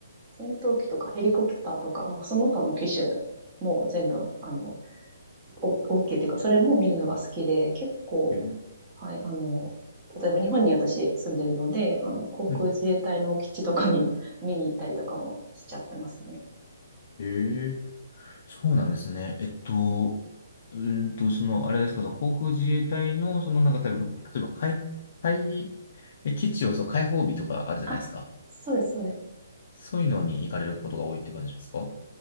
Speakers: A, on the right; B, on the left.
A: 戦闘機とかヘリコプターとか、その他の機種も全部、あの、お、大きいっていうか、それも見るのが好きで、結構、
B: えー、
A: はい、あの、例えば日本に私住んでるので、あの、航空自衛隊の基地とかに
B: うん。
A: <laughs> 見に行ったりとかもしちゃってますね。
B: えー、そうなんですね。えっと、うーんと、その、あれですか、その航空自衛隊の、その、なんか、例えば、例えば海、海、え基地を、そう、開放日とかあるじゃないですか。
A: あ、そうです、そうです。
B: そういうのに行かれることが多いって感じですか